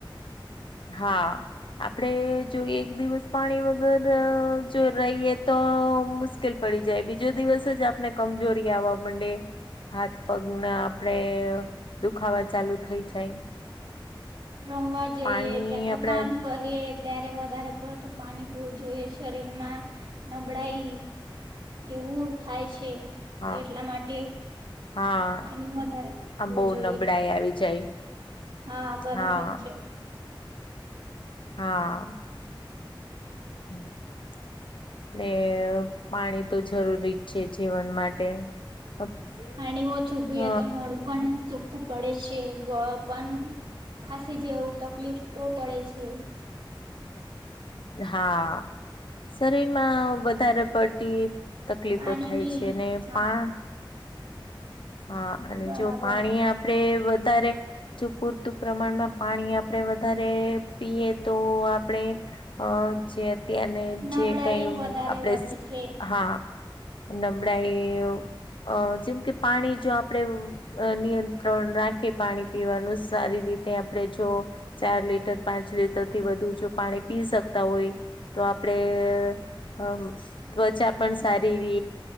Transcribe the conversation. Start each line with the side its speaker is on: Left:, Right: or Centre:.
Left: હા! આપડે જો એક દિવસ પાણી વગર જો રહીયએ તો મુશ્કેલ પડી જાય બીજો દિવસ જ આપને કમજોરી આવવા મંડે હાથ પગના આપણે દુખાવા ચાલુ થઇ જાય.
Right: રમવા જઈએ
Left: પાણી
Right: ક્યાં તો
Left: આપડા
Right: કામ કરીએ ત્યારે વધારે પડતું પાણી પીવું જોઈએ શરીરમાં નબળાઈ એવું થાય છે,
Left: હ
Right: તો એટલા માટે
Left: હા
Right: પાણી વધારે પવું
Left: આમ બહુ
Right: જોઈએ.
Left: નબળાઈ આવી જાય
Right: હા બરાબર
Left: હા
Right: છે.
Left: હા! <unintelligible> ને પાણી તો જરૂરી જ છે જીવન માટે. હ
Right: પાણી ઓછુ પી એ તો મોડુ પણ સૂકું પડે છે. ગળો પણ ખાસી જેવું તકલીફ પડે છે.
Left: હા શરીરમાં વધારે પડતી તકલીફો
Right: પાણીની
Left: થાય છે ને
Right: હા
Left: પા હા અને
Right: બરાબર
Left: જો પાણી આપડે વધારે જો પૂરતું પ્રમાણમાં પાણી આપણે વધારે પીએ તો આપણે અ જે અત્યારને
Right: નબળાઈ
Left: જે કઈ આપણે
Right: વધારે વધે છે
Left: હા નબળાઈ જેમ કે પાણી જો આપડે અ નિયંત્રણ રાખે પાણી પીવાનું સારી રીતે આપણે જો ચાર લીટર પાંચ લીટર થી વધુ જો પાણી પી શકતા હોય તો, આપણે ત્વચા પણ સારી